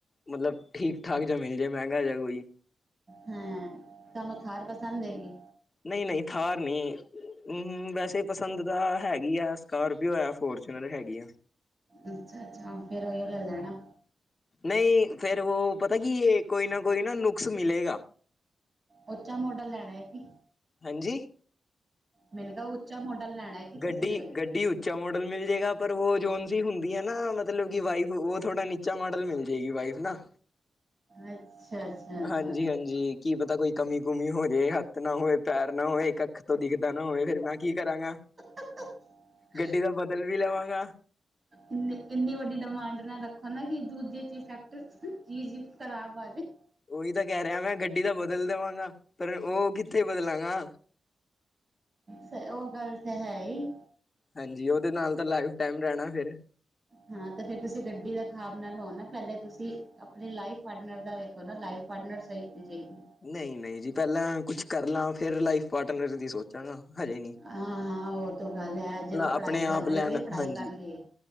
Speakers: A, on the left; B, on the right.
A: ਮਤਲਬ ਠੀ- ਠਾਕ ਜਾਂ ਮਿਲ ਜੇ ਮਹਿੰਗਾ ਜਿਆ ਕੋਈ।
B: ਹੂੰ, ਤੁਹਾਨੂੰ ਥਾਰ ਪਸੰਦ ਹੈਗੀ?
A: ਨਈ ਨਈ ਥਾਰ ਨਈ। ਹਮ ਵੈਸੇ ਪਸੰਦ ਤਾਂ ਹੈਗੀ ਹੈ ਸਕੋਰਪੀਓ ਹੈ ਫੋਰਚੂਨਰ ਹੈਗੀ ਆ।
B: ਅੱਛਾ, ਅੱਛਾ ਫਿਰ ਉਹੀ ਓ ਲੈ ਲੈਣਾ।
A: ਨਈ ਫੇਰ ਉਹ ਪਤਾ ਕੀ ਇਹ ਕੋਈ ਨਾ ਕੋਈ ਨਾ ਨੁਕਸ ਮਿਲੇਗਾ।
B: ਉੱਚਾ ਮੋਡਲ ਲੈਣਾ ਐ ਕੀ?
A: ਹਾਂਜੀ
B: ਮੈਨੂੰ ਕੇਆ ਉੱਚਾ ਮੋਡਲ ਲੈਣਾ ਕੀ ਤੁਸੀਂ
A: ਗੱਡੀ
B: ਕੋਈ?
A: ਗੱਡੀ ਉੱਚਾ ਮਾਡਲ ਮਿਲ ਜੇਗਾ ਪਰ ਉਹ ਜੋਨ ਸੀ ਹੁੰਦੀ ਹੈ ਨਾ ਮਤਲਬ ਕਿ ਵਾਈਫ ਉਹ ਥੋੜ੍ਹਾ ਨੀਚਾ ਮਾਡਲ ਮਿਲ ਜਾਏਗੀ ਵਾਈਫ ਨਾ।
B: ਅੱਛਾ- ਅੱਛਾ। ਅੱਛਾ
A: ਹਾਂਜੀ ਹਾਂਜੀ। ਕੀ ਪਤਾ ਕੋਈ ਕਮੀ ਕੁੂਮੀ ਹੋ ਜਾਵੇ, ਹੱਥ ਨਾ ਹੋਵੇ, ਪੈਰ ਨਾ ਹੋਵੇ, ਇਕ ਅੱਖ ਤੋਂ ਦਿਖਦਾ ਨਾ ਹੋਵੇ, ਫਿਰ ਮੈਂ ਕੀ ਕਰਾਂਗਾ।
B: <inaudible>
A: ਗੱਡੀ ਤਾ ਬਦਲ ਵੀ ਲਵਾਂਗਾ।
B: ਇੰਨੀ-ਇੰਨੀ ਵੱਡੀ ਡਿਮਾਂਡ ਨਾਲ ਰੱਖੋ ਨਾ, ਕਿ ਦੂਜੇ ਚ ਫੈਕਟ ਚੀਜ਼ ਖ਼ਰਾਬ ਆ ਜਾਵੇ।
A: ਓਹੀ ਤਾਂ ਕਹਿ ਰਿਹਾ, ਮੈਂ ਗੱਡੀ ਤਾਂ ਬਦਲ ਦੇਵਾਂਗਾ, ਪਰ ਉਹ ਕਿੱਥੇ ਬਦਲਾਂਗਾ।
B: ਫੇ ਉਹ ਗੱਲ ਤਾਂ ਹੈ ਹੀ।
A: ਹਾਂਜੀ, ਉਹਦੇ ਨਾਲ ਤਾਂ ਲਾਈਫ ਟਾਈਮ ਰਹਿਣਾ ਫਿਰ
B: ਹਾਂ ਤੇ ਫੇਰ ਤੁਸੀਂ ਗੱਡੀ ਦਾ ਖਾਬ ਨਾਲ ਲੋਓ ਨਾ, ਪਹਿਲੇ ਤੁਸੀਂ ਆਪਣੇ ਲਾਈਫ ਪਾਰਟਨਰ ਦਾ ਵੇਖ ਬੰਦਾ ਲਾਈਫ ਪਾਰਟਨਰ ਸਹੀ ਹੋਣੀ ਚਾਈਦੀ।
A: ਨਈ-ਨਈ ਜੀ, ਪਹਿਲਾਂ ਕੁਛ ਕਰ ਲਾਂ, ਫਰ ਲਾਈਫ ਪਾਰਟਨਰ ਦੀ ਸੋਚਾਂਗਾ ਹਜੇ ਨੀ
B: ਹਾਂ-ਹਾਂ, ਉਹ ਤ ਗੱਲ ਹੈ, ਜੇ ਤ ਪੜ੍ਹਾਈ
A: ਆਪਣੇ ਆਪ
B: ਕਰ ਰਹੇ
A: ਲੈਣ
B: ਹੋ ਜਾਂ ਪੜ੍ਹਾਈ
A: ਹਾਂਜੀ
B: ਕਰ ਲਏ